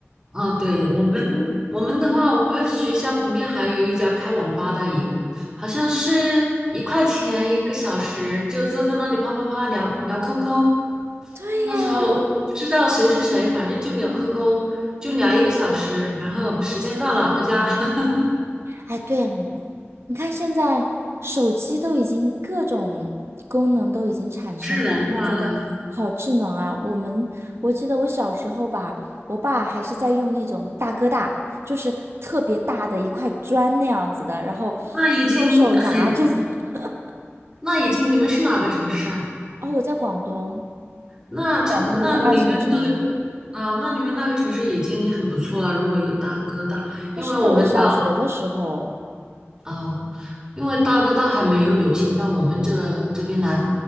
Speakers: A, on the right (about 15°); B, on the right (about 70°).
A: 哦，对，我们我们的话，我们学校旁边还有一家开网吧的，一好像是一块钱一个小时，就坐在那里啪啪啪聊聊 QQ。
B: 对呀，
A: 那时嗯候不知道谁是谁，反正就聊 QQ，就聊一个小时，
B: 嗯，
A: 然后时间到了回家，<laughs>
B: 哎，对呀你看现在手机都已经各种功能都已经产生了，
A: 智能化了。
B: 我觉得好智能啊！我们我记得我小时候吧，我爸还是在用那种大哥大，就是特别大的一块砖那样子的，然后
A: 那已经很，
B: 用手拿着。<laughs>
A: 那已经你们是哪个城市啊？
B: 哦，我在广东，
A: 那这那你们那个
B: 广东的一个二线城市，
A: 啊，那你们那个城市已经很不错了，如果有大哥大。因为我们到
B: 那是在我小学的时候。
A: 啊，因为大哥大还没有流行到我们这这边来，